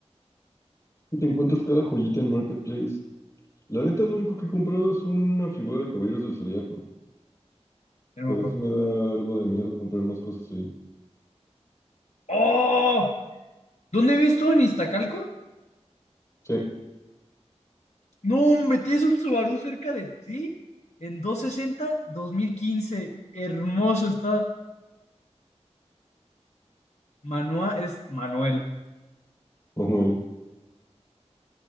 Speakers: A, on the left; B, on the left.
A: Y te encuentras cada joyita en Marketplace. La neta, lo único que he comprado es una figura de Caballeros del Zodiaco,
B: ya no
A: pero sí me da algo de miedo comprar más cosas ahí.
B: ¡Oh! ¿Dónde ves tú en Iztacalco?
A: Sí,
B: No, hombre, tienes un Subaru cerca de ti. En doscientos sesenta dos mil quince. Hermoso está. Manuel es Manuel.
A: Manuel.